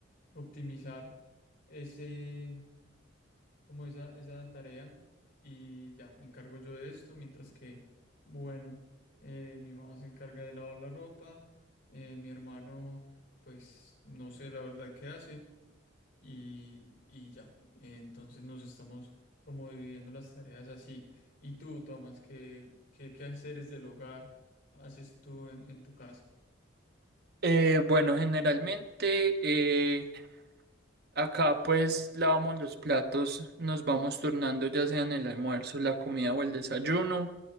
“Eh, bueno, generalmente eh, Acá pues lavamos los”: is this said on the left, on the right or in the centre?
Right